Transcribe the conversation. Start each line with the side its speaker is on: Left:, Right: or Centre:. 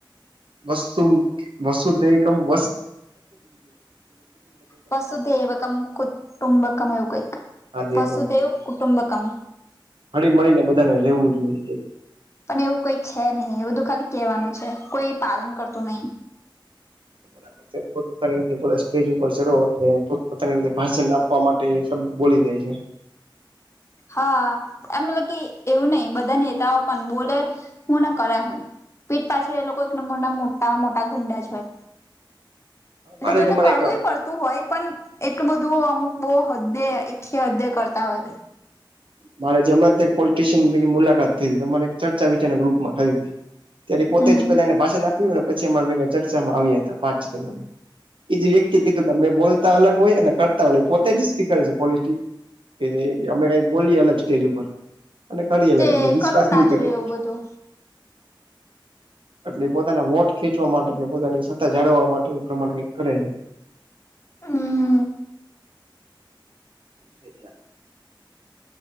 Right: વસુ વસુદેવકમ <unintelligible>
Left: વસુદેવકમ કુટુંબકમ એવું કંઈક.
Right: હા જે
Left: વસુદેવ
Right: એ
Left: કુંટુંબકમ.
Right: હળી-મળી ને બધાને રહેવું જોઈએ.
Left: અને એવું કઈક છે નહી એવું તો ખાલી કેહેવાનું છે કોઈ પાલન કરતું નહી.
Right: <inaudible> જે પોતાની રીતે <unintelligible> સ્ટેજ ઉપર ચડો એટલે પોતપતાની રીતે ભાષણ આપવા માટે શબ્દ બોલી જાય છે.
Left: હા. એમ <unintelligible> એવું નહીં, બધા નેતાઓ પણ બોલે હું ને કરે હું. પીઠ પાછળ એ લોકો એક નંબર ના મોટા મોટા ગુંડા જ હોય એટલે
Right: મારે
Left: જોકે,
Right: જ હમણાં
Left: કરવો
Right: એક
Left: પડતો. હોય, પણ એટલું બધું અમુક બહુ હદે, હદે કરતા હોય.
Right: મારે જે હમણાં પોલિટિશિયન પૈકી મુલાકાત થઈ હતી, એક ચર્ચા વિચારક રૂપ માં થઈ હતી. ત્યારે પોતે
Left: હમ
Right: જ પેલા એને ભાષણ આપ્યું, પછી એમા ભા ચર્ચામાં આવ્યા હતા, પાંચ દિનામાં. એ જ વ્યક્તિ કીધું કે, અ બોલતા અલગ હોય, એને કરતા અલગ પોતે જ સ્પીક છે, પોલિટિક્સ. કે જે અમે કઈ બોલીએ, અલગ સ્ટેજ ઉપર. અને કરી અલગ
Left: તે
Right: એટલે વિશ્વાસ
Left: કરો ના,
Right: નહીં
Left: જોય
Right: કરવો
Left: એવું બધું.
Right: એટલે એ પોતાના વોટ ખેંચવા માટે કે, પોતાની સત્તા જાળવવા માટે એ પ્રમાણે કરે છે.
Left: હ.
Right: છે.